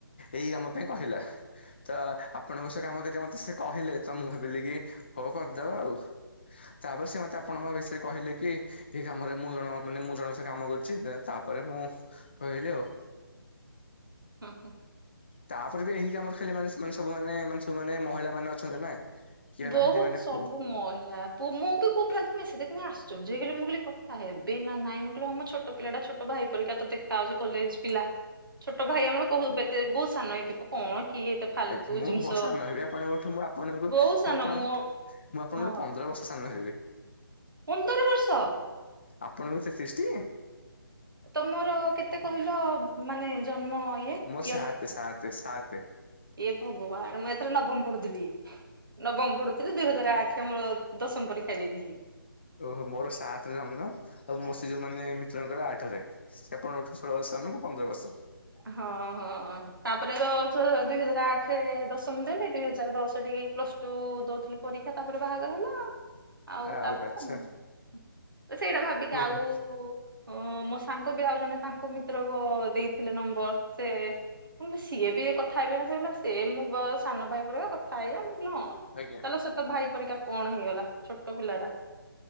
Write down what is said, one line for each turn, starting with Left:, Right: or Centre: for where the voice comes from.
Left: ଏଇ ଆମ ପାଇଁ କହିଲା। ତ ଆପଣଙ୍କ ସହ କାମ କରି ମତେ ସେ କହିଲେ ତ ମୁଁ ଭାବିଲି କି ହଉ କରିଦବା ଆଉ ତାପରେ ସେ ମତେ ଆପଣଙ୍କ ବିଷୟରେ କହିଲେ କି ଏଇ କାମରେ ମୁଁ ଜଣଙ୍କ ମାନେ ମୁଁ ଜଣଙ୍କ ସେ କାମ କରୁଛି ତାପରେ ମୁଁ କହିଲି ଆଉ
Right: ହୁଁ ହୁଁ।
Left: ତାପରେ ବି ଏହି କାମର ଖାଲି ମାନେ ସବୁମାନେ ମାନେ ସବୁମାନେ ସବୁମାନେ ମହିଳାମାନେ ଅଛନ୍ତି ନା। କିଏ
Right: ବହୁତ
Left: ନାହାନ୍ତି ମାନେ
Right: ସବୁ
Left: ପୁ
Right: ମହିଳା ପୁ ମୁଁ ବି ପୁଅପି ପ୍ରଥମେ ସେ ଦେଖି ମୁଁ ଆଶ୍ଚର୍ଯ୍ୟ ହେଇଗଲି ମୁଁ କହିଲି କଥା ହେବି ନା ନାଇଁ ମୁଁ କହିଲି ହଁ ମ ଛୋ ଛୋଟ ପିଲାଟା ଛୋଟ ଭାଇ ପରିକା ତ ଦେଖା ଯାଉଛି କଲେଜ ପିଲା।
Left: ହ
Right: ଛୋଟ ଭାଇ ଆମର କହୁ ଏତେ ବହୁତ ସାନ ହେଇଥିବ କଣ କିଏ। ଏତେ ଫାଲତୁ
Left: ଆଜ୍ଞା ମୁଁ
Right: ଜିନିଷ
Left: ବହୁତ ସାନ ହେବି ଆପଣଙ୍କଠୁ, ମୁଁ ଆପଣଙ୍କୁ
Right: ବହୁତ
Left: ମୁଁ
Right: ସାନ
Left: ଆପଣଙ୍କଠୁ
Right: ମୋ
Left: ମୁଁ ଆପଣଙ୍କଠୁ
Right: ହଁ
Left: ପନ୍ ପନ୍ଦର ବର୍ଷ ସାନ ହେବି।
Right: ପନ୍ଦର ବର୍ଷ?
Left: ଆପଣଙ୍କୁ ତେତିଶ ଟି?
Right: ତମର କେତେ କହିଲ ମାନେ ଜନ୍ମ ଇଏ
Left: ମୋର
Right: ଇୟର
Left: ସାତେ
Right: କେତେ?
Left: ସାତେ ସାତେ
Right: ଏ ଭଗବାନ ମୁଁ ଏଥିରେ ନବମ ପଢୁଥିଲି। ନବମ ପଢୁଥିଲି ଦୁଇ ହଜାର ଆଠରେ ମୋର ଦଶମ ପରୀକ୍ଷା ଦେଇଥିଲି।
Left: ଓହୋ ମୋର ସାତରେ ଜନ୍ମ ଆଉ ମୋ
Right: ଆଚ୍ଛା
Left: ସେ ଯୋଉ ମାନେ ସେମାନଙ୍କର ଆଠରେ ସେ ଆପଣଙ୍କଠୁ ଷୋଳ ବର୍ଷ ସାନ ମୁଁ ପନ୍ଦର ବର୍ଷ।
Right: ହଁ ହଁ ତାପରେ ତ ଦୁଇ ହଜାର ଆଠ ସେ ଦଶମ ଦେଲି ଦୁଇ ହଜାର ଦଶ ଟି ପ୍ଲସ ଟୁ ଦଉଥିଲି ପରୀକ୍ଷା ତାପରେ ବାହାଘର ହେଲା ଆଉ। ଆଉ
Left: ଆରେ
Right: ତାପରେ
Left: ଆଚ୍ଛା
Right: ସେଇଟା ଭାବିକି
Left: ଓହୋ
Right: ଆଉ ଅ ମୋ ସାଙ୍ଗ ବି ଆଉ ଜଣେ ତାଙ୍କ ମିତ୍ରକ ଦେଇଥିଲେ ନମ୍ବର, ସେ ମୁଁ କ ସିଏ ବି କଥା ହେଇବେ ନା ସେ ମୋବ ସାନ ଭାଇ ପରିକା କଥା ହେଇଯା ମୁଁ କହିଲି ହଁ।
Left: ଆଜ୍ଞା
Right: ଚାଲ ସେ ତ ଭାଇ ପରିକା କଣ ହେଇଗଲା ଛୋଟ ପିଲା ଟା।